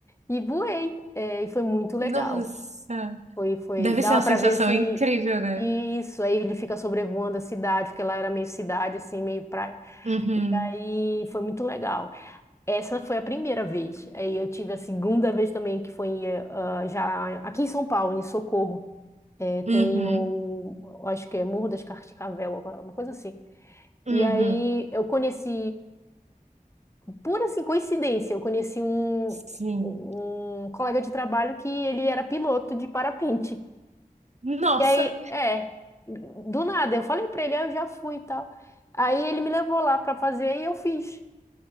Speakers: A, on the left; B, on the right.
A: e voei. É, e foi muito legal.
B: Nossa.
A: Foi, foi.
B: Deve
A: Dava
B: ser uma
A: pra
B: sensação
A: ver assim.
B: incrível, né?
A: Isso, aí ele fica sobrevoando a cidade, porque lá era meio cidade, assim, meio praia.
B: Uhum,
A: E aí foi muito legal. Essa foi a primeira vez. Aí eu tive a segunda vez também, que foi eh, ah, já aqui em São Paulo, em Socorro. Eh, tem
B: uhum,
A: o, acho que é Morro das Cascavel, uma coisa assim.
B: uhum.
A: E aí eu conheci, pura assim, coincidência, eu conheci um,
B: Sim.
A: um um colega de trabalho que ele era piloto de parapente.
B: Nossa,
A: E aí, é, do nada, eu falei pra ele, aí eu já fui e tal. Aí ele me levou lá pra fazer e eu fiz.